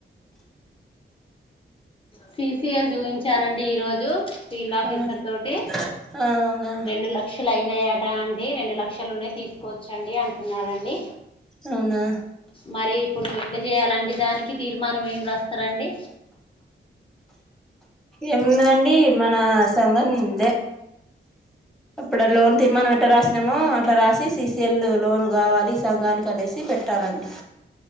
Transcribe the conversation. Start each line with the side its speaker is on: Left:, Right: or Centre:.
Left: సిఫియన్ చూపించానండి ఈ రోజు జు ఫీల్డ్ ఆఫీసర్
Centre: ఆ
Left: తోటి
Centre: అవునా
Left: రెండు లక్షలు అయినాయాట అంట లే రెండు లక్షలు ఉన్నాయి తీసుకోవచ్చండి అంటున్నారండి
Centre: అవునా
Left: మరి ఇప్పుడు ఎట్లా చేయాలండి దానికి తీర్మానం ఏం రాస్తారండి
Centre: ఏమున్నదండి మన సంఘం ఇందే అప్పుడ లోన్ తీర్మానం ఎట్ట రాసినమో అట్లా రాసి సిసిఎల్ లోన్ కావాలి ఈ సంఘానికి అనేసి పెట్టాలండి